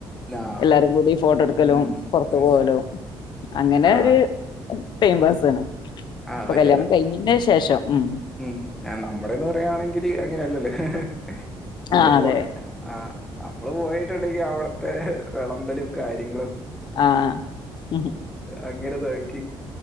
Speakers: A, in the centre; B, on the left (about 50°).
A: ആ
B: എല്ലാരും കൂടി ഫോട്ടോ എടുക്കലും
A: ഉം
B: പോറത്ത്
A: ഉം
B: പോവലും
A: ഉം
B: അങ്ങനെ
A: ആ
B: ഒരു ടൈം പാസ് ആണ്
A: ആ
B: അപ്പോ
A: പക്ഷെ
B: കല്യാണം കഴിഞ്ഞിന്റേഷം ശേഷം. ഉം
A: ഉം നമ്മുടെന്ന് പറയുകയാണെങ്കിൽ അങ്ങനെയല്ലല്ലേ. നമ്മളപ്പോ
B: ആ അതെ
A: <unintelligible> ആഹ് നമ്മള് പോയിട്ടുണ്ടെങ്കി അവിടത്തെ വെളമ്പലും കാര്യങ്ങളും
B: ആഹ്
A: അങ്ങരെതാക്കി